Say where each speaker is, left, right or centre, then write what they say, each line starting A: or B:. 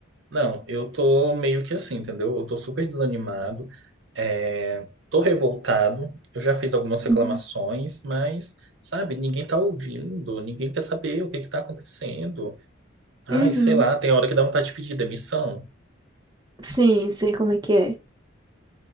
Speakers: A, on the right; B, on the right.
A: Não, eu tô meio que assim, entendeu? Eu tô super desanimado, é, tô revoltado, eu já fiz algumas reclamações,
B: Uhum.
A: mas, sabe, ninguém tá ouvindo, ninguém quer saber o que que tá acontecendo. Ai,
B: Uhum.
A: sei lá, tem hora que dá vontade de pedir demissão.
B: Sim, sei como é que é.